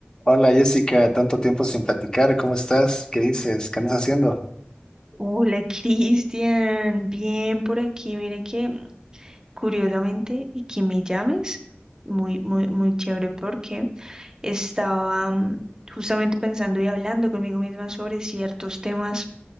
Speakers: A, on the left (about 20°); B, on the right (about 20°).
A: Hola Jessica, tanto tiempo sin platicar, ¿cómo estás? ¿Qué dices? ¿Qué andas haciendo?
B: Hola, Cristian, bien por aquí. Mire que curiosamente y que me llames, muy, muy, muy chévere porque estaba mm, justamente pensando y hablando conmigo misma sobre ciertos temas